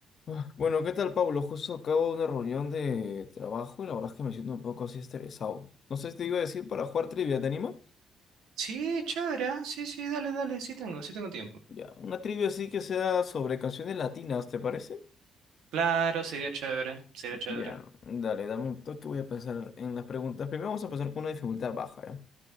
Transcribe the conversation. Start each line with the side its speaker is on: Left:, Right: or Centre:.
Left: Ah, Bueno, ¿qué tal, Pablo? Justo acabo de una reunión de trabajo y la verdad es que me siento un poco así estresado. No sé si te iba a decir para jugar trivia, ¿te anima?
Right: Sí, chévere, ah, Sí, sí, dale, dale, sí tengo, sí tengo tiempo.
Left: Ya, una trivia así que sea sobre canciones latinas, ¿te parece?
Right: Claro, sería chévere, sería chévere.
Left: Ya, dale, dame un toque, voy a pensar en las preguntas. Primero vamos a empezar con una dificultad baja, ¿ya?